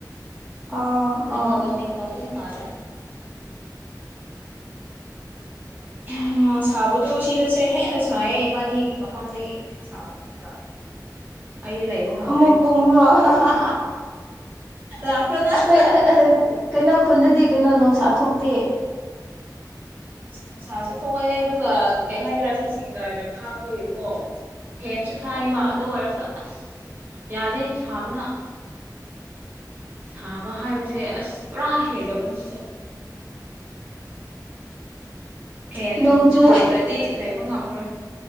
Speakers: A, in the centre; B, on the right.
A: ꯑꯥ
B: ꯪꯖꯪꯒꯜ
A: ꯑꯥ
B: ꯀꯠꯇꯤꯡ ꯇꯧꯕꯒꯤ ꯃꯟꯂꯦ
A: <inaudible>
B: ꯑꯥ ꯁꯥꯕꯗꯣ ꯁꯤꯗꯁꯦ ꯍꯦꯟꯅ ꯁꯥꯏꯌꯦ ꯏꯕꯥꯅꯤꯒꯤ ꯃꯐꯝꯗꯒꯤ ꯍꯦꯟꯅ ꯁꯥꯕꯅꯦ ꯁꯤꯗ ꯑꯩꯗꯤ ꯂꯩꯕ ꯉꯝꯗ꯭ꯔꯦ
A: ꯑꯃꯨꯛ ꯀꯣꯡꯔꯣ ꯍꯥꯍꯥ
B: ꯂꯥꯛꯈ꯭ꯔꯣ ꯅꯪ
A: ꯑꯩꯈꯣꯏ ꯑꯥ ꯑꯥ ꯀꯩꯅꯣ ꯈꯨꯟꯗꯗꯤ ꯀꯩꯅꯣ ꯅꯨꯡꯁꯥ ꯊꯣꯛꯇꯦ
B: ꯅꯨꯡꯁꯥꯁꯨ ꯊꯣꯛꯑꯦ ꯑꯗꯨꯒ ꯀꯩ ꯍꯥꯏꯗꯣꯏꯔꯥ ꯁꯦ ꯖꯤꯡꯒꯔꯅ ꯈꯥꯛꯄꯒꯤꯀꯣ ꯐꯦꯟꯁꯨ ꯊꯥꯏꯕ
A: ꯑꯣ
B: ꯑꯗꯨ ꯑꯣꯏꯔꯁꯨ ꯑꯁ ꯌꯥꯗꯦ ꯁꯥꯕꯅ ꯁꯥꯕ ꯍꯥꯏꯕꯁꯦ ꯑꯁ ꯄꯨꯔꯥ ꯍꯦꯜꯂꯕꯅꯤ ꯁꯦ ꯍꯦꯟ
A: ꯅꯣꯡ ꯆꯨ
B: ꯊꯥꯗ꯭ꯔꯥꯗꯤ ꯂꯩꯕ ꯉꯝꯔꯣꯢ